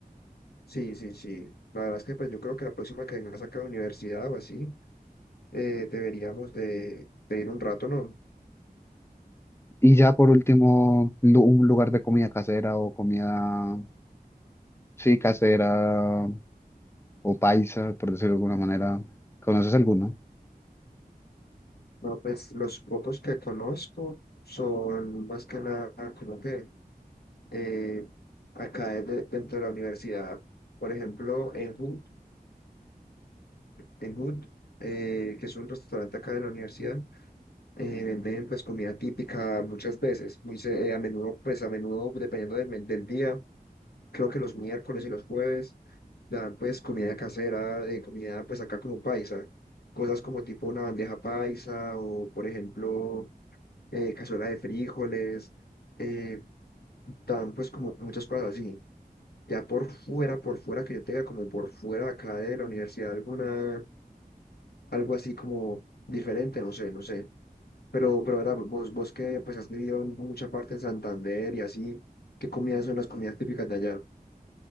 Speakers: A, on the left; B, on the left.
A: Sí, sí, sí. La verdad es que pues yo creo que la próxima que vengas acá a la universidad o así, eh, deberíamos de, de ir un rato, ¿no?
B: Y ya por último, lu- un lugar de comida casera o comida Sí, casera o paisa, por decirlo de alguna manera. ¿Conoces alguno?
A: No, pues los pocos que conozco son más que nada como que eh, acá es de- dentro de la universidad. Por ejemplo, en hood en hood eh, que es un restaurante acá de la universidad, eh, venden pues comida típica muchas veces, muy se- eh, a menudo, pues a menudo, dependiendo del, me- del día, creo que los miércoles y los jueves dan pues comida casera, eh, comida pues acá como paisa, cosas como tipo una bandeja paisa o por ejemplo eh, cazuela de frijoles, eh, dan pues como muchas cosas así. Ya por fuera, por fuera que yo tenga como por fuera acá de la universidad alguna, algo así como diferente, no sé, no sé. Pero, pero, ¿verdad? Vos, vos que pues has vivido en mucha parte en Santander y así, ¿qué comidas son las comidas típicas de allá?